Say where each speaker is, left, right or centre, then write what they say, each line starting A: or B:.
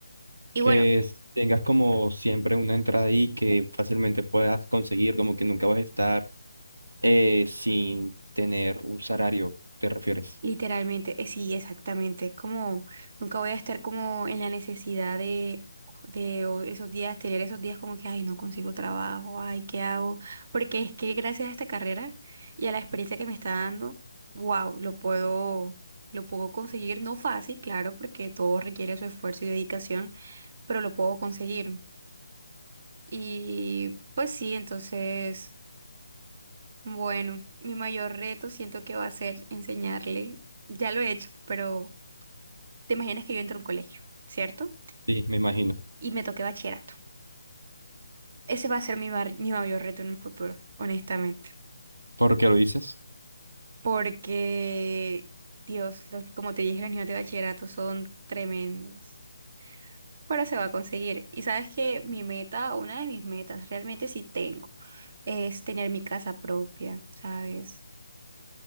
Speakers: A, on the right (about 45°); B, on the right (about 80°).
A: Y
B: Que
A: bueno.
B: es- tengas como siempre una entrada ahí que fácilmente puedas conseguir, como que nunca vas a estar eh, sin tener un salario, ¿te refieres?
A: Literalmente, eh, sí, exactamente. Como nunca voy a estar como en la necesidad de, de o esos días, tener esos días como que, ay, no consigo trabajo, ay, ¿qué hago? Porque es que gracias a esta carrera y a la experiencia que me está dando, wow, lo puedo, lo puedo conseguir. No fácil, claro, porque todo requiere su esfuerzo y dedicación, pero lo puedo conseguir. Y pues sí, entonces, bueno, mi mayor reto siento que va a ser enseñarle. Ya lo he hecho, pero Te imaginas que yo entro a un colegio, ¿cierto?
B: Sí, me imagino.
A: Y me toque bachillerato. Ese va a ser mi, mar- mi mayor reto en el futuro, honestamente.
B: ¿Por qué lo dices,
A: Porque, Dios, los- como te dije, los niños de bachillerato son tremendos. Pero se va a conseguir. Y sabes que mi meta, una de mis metas, realmente sí tengo, es tener mi casa propia, ¿sabes?